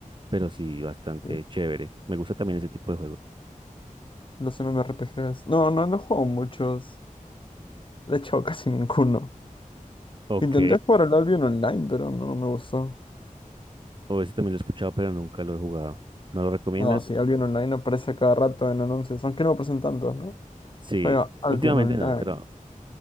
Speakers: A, on the right; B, on the left.
A: pero sí bastante
B: eh,
A: chévere. Me gusta también ese tipo de juegos.
B: Los MMORPGs. No, no, no he jugado muchos. De hecho, <laughs> casi ninguno.
A: Ok,
B: Intenté jugar al Albion Online, pero no no me gustó.
A: o ese también lo he escuchado, pero nunca lo he jugado. ¿No lo recomiendas?
B: No, sí, Albion Online aparece cada rato en anuncios, aunque no aparecen tantos, ¿no?
A: Sí,
B: Juega Albion
A: últimamente
B: Online.
A: no, pero